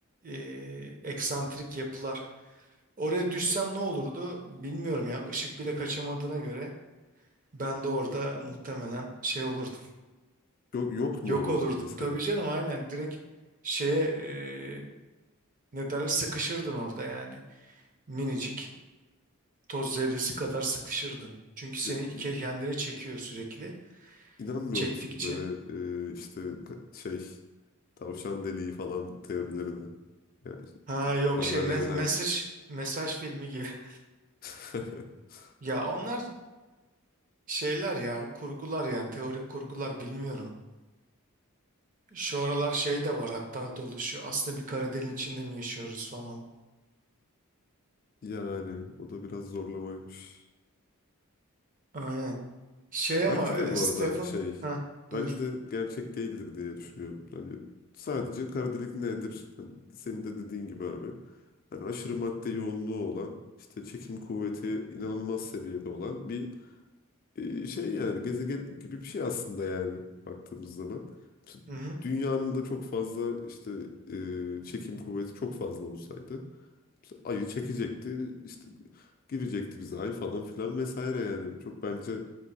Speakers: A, on the right; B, on the left.
A: e, eksantrik yapılar oraya düşsem ne olurdu bilmiyorum ya ışık bile kaçamadığına göre Ben de orada muhtemelen şey olurdum.
B: Yok, yok
A: Yok
B: mu olurduk
A: olurdum.
B: mesela?
A: Tabii canım aynen direkt şeye e, ne derler sıkışırdın orada yani. Minicik toz zerresi kadar sıkışırdın. Çünkü seni
B: Ya,
A: ke-
B: i-
A: kendine çekiyor sürekli.
B: İnanmıyor
A: Çektikçe.
B: musun böyle e, işte ka- şey Tavşan deliği falan teorilerine. Yani
A: Ha yok
B: paralel
A: şey me-
B: evren.
A: mesaj mesaj filmi gibi. <laughs>
B: <laughs>
A: Ya onlar şeyler ya kurgular yani teorik kurgular bilmiyorum. Şu aralar şey de var hatta dolaşıyor. Aslında bir kara deliğin içinde mi yaşıyoruz falan.
B: Yani o da biraz zorlamaymış.
A: Aynen. Şey ama
B: Bence
A: e,
B: de bu
A: Stephen
B: arada şey,
A: ha buyur.
B: bence de gerçek değildir diye düşünüyorum. Hani sadece kara delik nedir? Hani senin de dediğin gibi abi. Hani aşırı madde yoğunluğu olan, işte çekim kuvveti inanılmaz seviyede olan bir e, şey yani gezegen gibi bir şey aslında yani baktığımız zaman. T-
A: Hı hı.
B: Dünyanın da çok fazla işte e, çekim kuvveti çok fazla olsaydı mesela ayı çekecekti işte girecekti bize ay falan filan vesaire yani. Çok bence